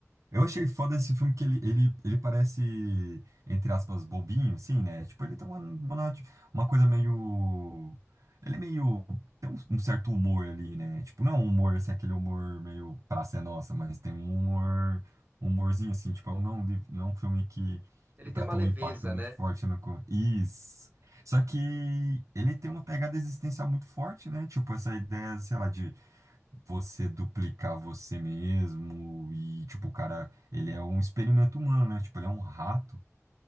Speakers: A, on the right; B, on the right.
A: Eu achei foda esse filme que ele, ele, ele parece, entre aspas, bobinho, assim, né? Tipo, ele tem uma, uma, tipo, uma coisa meio. Ele é meio. Tem um, um certo humor ali, né? Tipo, não é um humor, assim, aquele humor meio Praça é Nossa, mas tem um humor. um Humorzinho, assim, tipo, não, é um li- não é um filme que.
B: Ele tem
A: Pra
B: uma
A: ter
B: leveza,
A: um impacto muito
B: né?
A: forte no. co- Isso. Só que ele tem uma pegada existencial muito forte, né? Tipo, essa ideia, sei lá, de você duplicar você mesmo e, tipo, o cara, ele é um experimento humano, né? Tipo, ele é um rato.